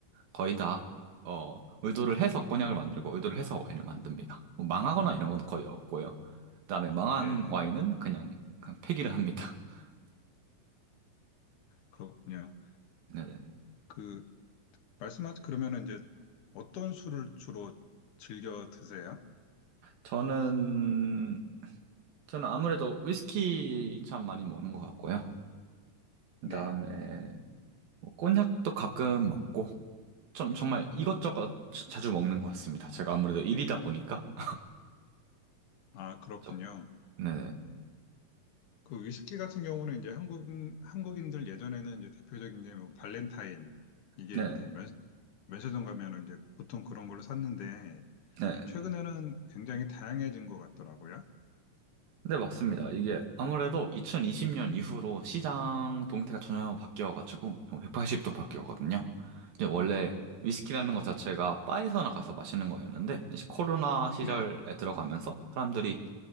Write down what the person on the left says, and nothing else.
네,
그렇군요.
그 말씀하신 그러면은 이제 어떤 술을 주로 즐겨 드세요?
네,
아 그렇군요.
그 위스키 같은 경우는 이제 한국 한국인들 예전에는 이제 대표적인 게 뭐 발렌타인 이게
이제 면 면세점 가면은 이제 보통 그런 걸로 샀는데
최근에는 굉장히 다양해진 것 같더라고요.
네,